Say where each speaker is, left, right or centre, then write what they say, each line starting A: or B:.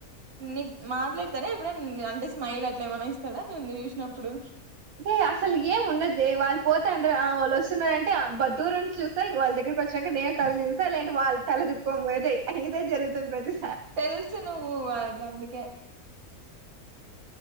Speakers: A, on the right; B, on the right.
A: నీ మాట్లాడతాడా ఎప్పుడ అంటే స్మైల్ అట్లా ఏమన్నా ఇస్తాడా నన్ను చూసినప్పుడు.
B: ఎ అసలు ఏం ఉండదు వాళ్ళు పోతంటారు వాళ్ళు వస్తున్నారంటే అబ్బ దూరం నుండి చూస్తా వాళ్ళ వచ్చాక నేను తలదిసా అలాంటి వాళ్ళు తల తిప్పుకోనీ పోయేదే ఇదే జరుగుతుంది ప్రతి.
A: తెలుసు నువ్వు అగ అందుకే.